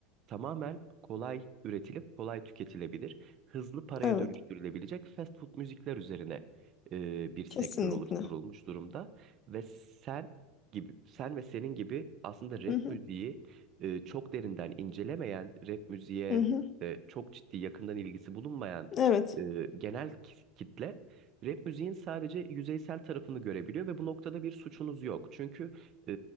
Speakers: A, on the right; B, on the left.
A: Tamamen kolay üretilip kolay tüketilebilir, hızlı paraya
B: Evet.
A: dönüştürülebilecek fast food müzikler üzerine e, bir sektör
B: Kesinlikle.
A: oluşturulmuş durumda ve sen gibi sen ve senin gibi aslında rap
B: Hı hı.
A: müziği e, çok derinden incelemeyen, rap müziğe
B: Hı hı.
A: e, çok ciddi yakından ilgisi bulunmayan
B: Evet.
A: e, genel kis- kitle Rap müziğin sadece yüzeysel tarafını görebiliyor ve bu noktada bir suçunuz yok. Çünkü e,